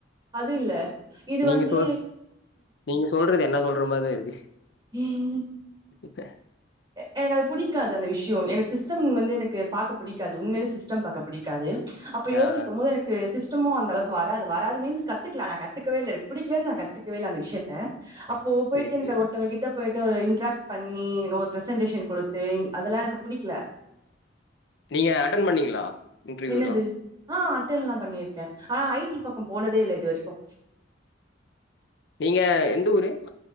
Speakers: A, on the right (about 25°); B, on the left (about 60°).
A: அது இல்ல இது
B: நீங்க
A: வந்து
B: சொல் நீங்க சொல்றது என்ன சொல்ற மாதிரி இருக்கு
A: ம்
B: ப்ப
A: எனக்கு அது புடிக்காது அந்த விஷியோ எனக்கு சிஸ்டம் வந்து எனக்கு பாக்க புடிக்காது உண்மையிலே சிஸ்டம் பாக்க புடிக்காது அப்ப யோசிக்கும்போது
B: ஆ ஆ
A: எனக் கு சிஸ்டமு அந்தளவுக்கு வராது வராது மீன்ஸ் கத்துக்கல நா கத்துக்கவே இல்ல எனக்கு புடிக்கலனு நா கத்துக்கவே இல்ல அந்த விஷியத்த அப்போ போயிட்டு
B: சரி
A: எனக்கு
B: சரி
A: அ ஒருத்தங்க கிட்ட போயிட்டு ஒரு இன்ட்ராக்ட் பண்ணி நோ ஒரு ப்ரசன்டேஷன் குடுத்து இங் அதெல்லா எனக்கு புடிக்ல
B: நீங்க அட்டன் பண்ணீங்களா இன்ட்ருயூலா
A: என்னது ஆ அட்டன்லா பண்ணிருக்க ஆ ஐடி பக்கம் போனதே இல்ல இது வரைக்கு
B: நீங்க எந்த ஊரு